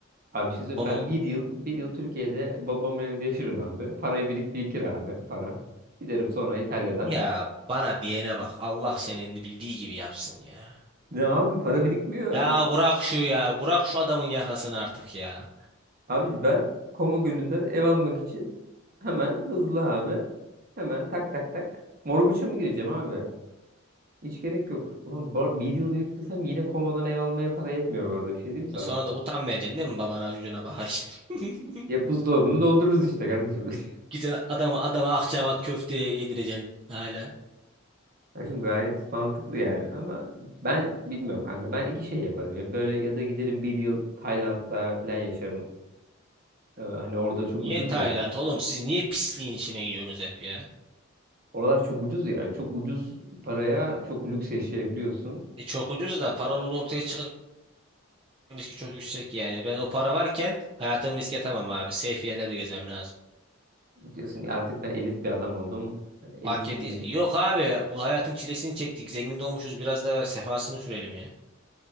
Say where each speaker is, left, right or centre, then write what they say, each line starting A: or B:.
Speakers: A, on the right; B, on the right.
A: Abi bir şey söyleyeyim.
B: Pomo
A: Ben bir yıl, bir yıl Türkiye'de babamın evinde yaşarım abi. Parayı birik birikir abi para. Giderim sonra İtalya'dan.
B: ya bana diyene bak. Allah senin bildiği gibi yapsın ya.
A: Ne abi para birikmiyor.
B: Ya bırak şu ya. Bırak şu adamın yakasını artık ya.
A: Abi ben Koma Gölü'nden ev almak için hemen hızlı abi. Hemen tak tak tak. Morguç'a mı gireceğim abi? Hiç gerek yok. Ulan bar, bir yıl biriktirsem yine Koma'dan ev almaya para yetmiyor bu arada. Bir şey diyeyim mi sana?
B: Sonra da utanmayacaksın değil mi babana yüzüne bakarsın. <laughs>
A: Ya buzdolabını doldururuz işte kardeşim. <laughs>
B: Gidin adama adama Akçaabat köfte yedireceksin hala.
A: Kardeşim gayet mantıklı yani. Ama ben bilmiyorum kanka. Ben iki şey yaparım ya. Böyle ya da giderim bir yıl Tayland'da falan yaşarım. Ee, hani orada çok
B: Niye
A: ucuz
B: Tayland
A: ya.
B: oğlum siz niye pisliğin içine gidiyorsunuz hep ya?
A: Oralar çok ucuz ya. Çok ucuz paraya çok lüks yaşayabiliyorsun.
B: E çok ucuz da paralı olduğu ortaya çıkan riski çok yüksek yani. Ben o para varken hayatımı riske atamam abi. Safe yerlerde gezmem lazım.
A: Diyorsun ki artık ben elit bir adam oldum. Elitizmiz.
B: Fark ettiysen. Yok abi bu hayatın çilesini çektik. Zengin de olmuşuz biraz da sefasını sürelim ya.